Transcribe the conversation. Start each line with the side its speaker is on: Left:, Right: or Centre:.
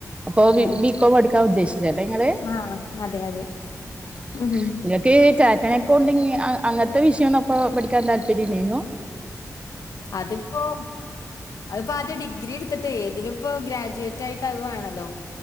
Right: അപ്പൊ
Left: ആഹ്
Right: ബിക്കോമെട്ക്കാ ഉദ്ദേശ്‌ ജനങ്ങള്
Left: ആഹ് അതെ അതെ
Right: ഉം ആഹ്
Left: ഉം
Right: ക്ക് ചാറ്റനെകൊണ്ടിങ് അ അങ്ങത്തെ വിഷയാെന്നപ്പൊ പഠിക്കാൻ താല്പര്യല്ലേനു
Left: അത്പ്പം അഅ്പ്പാദ്യ ഡിഗ്രി ഇട്ത്തിട്ടേയ്, തിനിപ്പോഗ്രാജുവേറ്റ്ആയിട്ട്അഅ് വേണല്ലോ